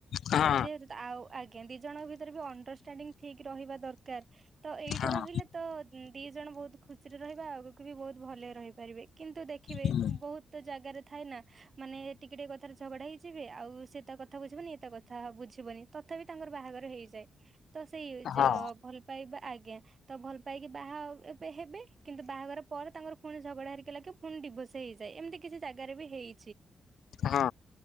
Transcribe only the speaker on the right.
ଯେହେତୁ ଆଉ ଆଜ୍ଞା ଦି ଜଣଙ୍କ ଭିତରେ ବି ଅଣ୍ଡରଷ୍ଟାଣ୍ଡିଙ୍ଗ ଠିକ ରହିବା ଦରକାର। ତ ଏଇଟା
ରହିଲେ ତ ଦି ଜଣ ବହୁତ ଖୁସିରେ ରହିବା ଆଗକୁ ବି ବହୁତ ଭଲରେ ରହିପାରିବେ। କିନ୍ତୁ ଦେଖିବେ
ବହୁତ ଜାଗାରେ ଥାଏ ନା ମାନେ ଟିକେ ଟିକେ କଥାରେ ଝଗଡା ହେଇଯିବେ ଆଉ ସେ ତା କଥା ବୁଝିବନି ଏ ତା କଥା ବୁଝିବନି। ତଥାପି ତାଙ୍କର ବାହାଘର ହେଇଯାଏ। ତ ସେଇ
ଯୋଉ ଭଲ ପାଇବା ଆଜ୍ଞା ତ ଭଲ ପାଇକି ବାହା ହେବେ କିନ୍ତୁ ବାହାଘର ପରେ ତାଙ୍କର ପୁଣି ଝଗଡା ହେରିକା ଲାଗେ ପୁଣି ଡିଭୋର୍ସ ହେଇଯାଏ ଏମିତି କିଛି ଜାଗାରେ ବି ହେଇ